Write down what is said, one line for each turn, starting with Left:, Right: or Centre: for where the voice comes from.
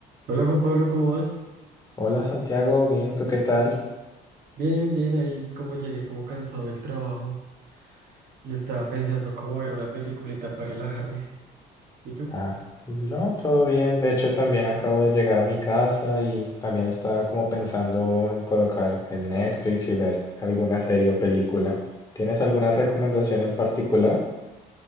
Right: Hola Juan Pablo, ¿cómo vas?
Left: Hola Santiago, bien, ¿tú qué tal?
Right: Bien, bien, ahí es como llegué como cansado del trabajo y estaba pensando cómo ver una peliculita para relajarme. ¿Y tú?
Left: Ah, no, todo bien. De hecho, también acabo de llegar a mi casa y también estaba como pensando en colocar el Netflix y ver alguna serie o película. ¿Tienes alguna recomendación en particular?